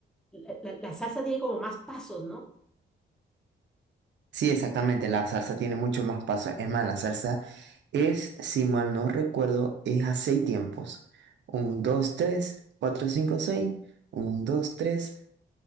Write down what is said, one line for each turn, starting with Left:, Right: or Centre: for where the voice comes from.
Centre: la, la- la salsa tiene como más pasos, ¿no?
Right: Sí, exactamente, la salsa tiene mucho más paso. Es más, la salsa es, si mal no recuerdo, es a seis tiempos. Un, dos, tres, cuatro, cinco, seis. Un, dos, tres,